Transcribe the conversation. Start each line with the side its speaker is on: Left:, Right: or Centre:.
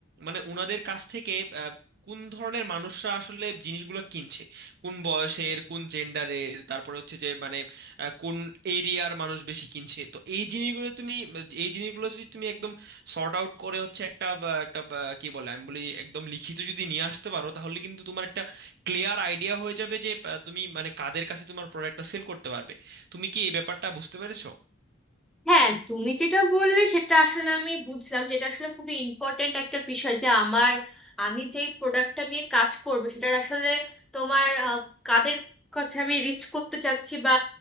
Right: মানে ওনাদের কাছ থেকে আহ, কোন ধরনের মানুষরা আসলে জিনিসগুলো কিনছে কোন বয়সের কোন জেন্ডারের তারপরে হচ্ছে যে মানে আহ, কোন এরিয়ার মানুষ বেশি কিনছে তো এই জিনিসগুলো তুমি এই জিনিসগুলো যদি তুমি একদম সর্ট আউট করে হচ্ছে একটা আহ, একটা আহ, কি বলে আমি বলি একদম লিখিত যদি নিয়ে আসতে পারো তাহলে কিন্তু তোমার একটা ক্লিয়ার আইডিয়া হয়ে যাবে যে আহ, তুমি মানে কাদের কাছে তোমার প্রোডাক্টটা সেল করতে পারবে তুমি কি এই ব্যাপারটা বুঝতে পেরেছো
Centre: হ্যাঁ তুমি যেটা বললে সেটা আসলে আমি বুঝলাম যেটা আসলে খুবই ইম্পর্ট্যান্ট একটা বিষয় যে আমার আমি যেই প্রোডাক্টটা নিয়ে কাজ করব সেটার আসলে তোমার আহ, কাদের কাছে আমি রিচ করতে চাচ্ছি বা